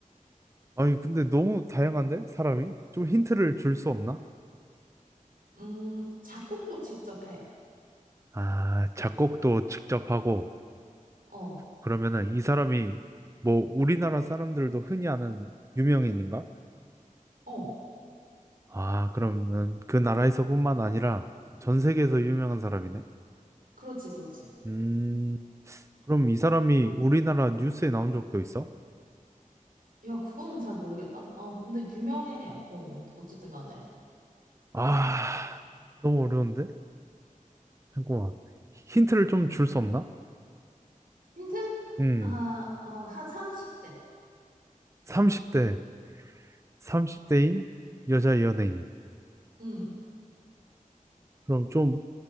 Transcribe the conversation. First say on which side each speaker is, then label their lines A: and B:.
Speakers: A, on the right; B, on the right.
A: 아니, 근데 너무 다양한데? 사람이? 좀 힌트를 줄 수 없나?
B: 음, 작곡도 직접 해.
A: 아, 작곡도 직접 하고,
B: 어,
A: 그러면은 이 사람이 뭐 우리나라 사람들도 흔히 아는 유명인인가?
B: 어.
A: 아, 그러면 그 나라에서뿐만 아니라 전 세계에서 유명한 사람이네?
B: 그렇지, 그렇지.
A: 음, 그럼 이 사람이 우리나라 뉴스에 나온 적도 있어?
B: 야, 그거는 잘 모르겠다. 어, 근데 유명해. 어, 어쨌든 간에.
A: 아, 너무 어려운데? 잠깐만. 힌트를 좀 줄 수 없나?
B: 힌트?
A: 음,
B: 아, 어, 한 30대.
A: 30대, 30대인 여자 연예인.
B: 음.
A: 그럼 좀